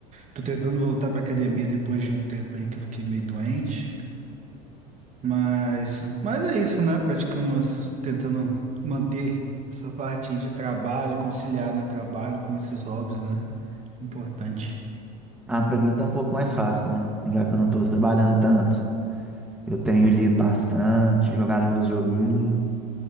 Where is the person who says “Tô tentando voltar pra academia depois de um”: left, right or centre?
Right